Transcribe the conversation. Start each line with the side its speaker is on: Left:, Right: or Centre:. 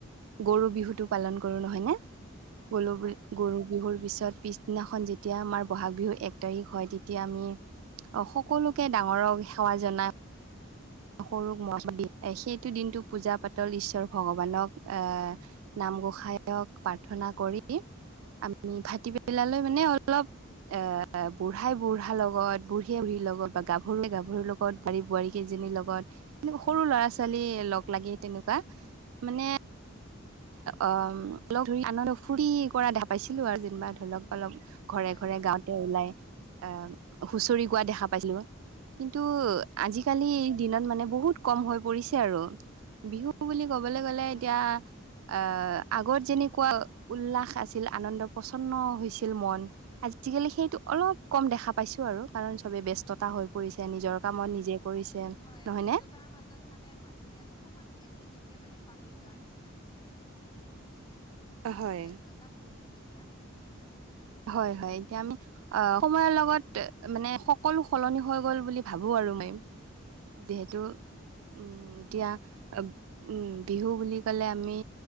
Right: গৰু বিহুটো পালন কৰোঁ নহয়নে? গলো
Left: হয়
Right: বি গৰু বিহুৰ পিছত পিছদিনাখন যেতিয়া আমাৰ বহাগ বিহু এক তাৰিখ হয় তেতিয়া আমি অ' সকলোকে ডাঙৰক সেৱা জনাই সৰুক মৰমৰ বিলাই, সেইটো দিনটো পূজা পাতল, ঈশ্বৰ
Left: উম
Right: ভগৱানক এ, নামঘোষায়ক প্ৰাৰ্থনা কৰি ই আমি ভাটিবেলালৈ মানে অলপ এ বুঢ়াই বুঢ়াৰ লগত, বুঢ়ীয়ে বুঢ়ীৰ লগত বা গাভৰুৱে গাভৰুৰ লগত,
Left: উম
Right: বোৱাৰী বোৱাৰী কেইজনীৰ লগত গত এনেকা সৰু ল'ৰা ছোৱালী
Left: উম
Right: লগ লাগি তেনেকুৱা মানে
Left: উম।
Right: অ' লগ ধৰি আনন্দ ফূৰ্তি কৰা দেখা পাইছিলো আৰু যেনিবা ধৰি লওক অলপ ঘৰে
Left: হয়
Right: ঘৰে
Left: হয়
Right: গাঁৱতে
Left: হয়
Right: ওলাই আহ, হুঁচৰি গোৱা
Left: হয়
Right: দেখা পাইছিলো কিন্তু আজিকালি
Left: হয়
Right: দিনত মানে বহুত কম হৈ পৰিছে আৰু, বিহু বুলি ক'বলৈ গ'লে
Left: হয়
Right: এতিয়া আ, আগত যেনেকুৱা উল্লাস আছিল, আনন্দ প্ৰচন্ন হৈছিল মন আজিকালি সেইটো অলপ কম দেখা
Left: উম
Right: পাইছোঁ আৰু কাৰন চবেই বেচ ততা হৈ পৰিছে, নিজৰ
Left: হয় হয়
Right: কামত নিজে কৰিছে
Left: হয়
Right: নহয়নে?
Left: ব্যস্ততাৰ মাজত মানে মানুহে অকমান এ, নিজকে মানে পাহৰি যোৱাৰ নিচিনা হৈছে আৰু।
Right: হয়
Left: ব্যস্ততা বহুত এতিয়া।
Right: হয় হয়, এতিয়া আমি অ' সময়ৰ লগত মানে সকলো সলনি হৈ গ'ল বুলি ভাবোঁ আৰু মই। যিহেতু উ, এতিয়া
Left: হয়
Right: উম, বিহু বুলি কলে আমি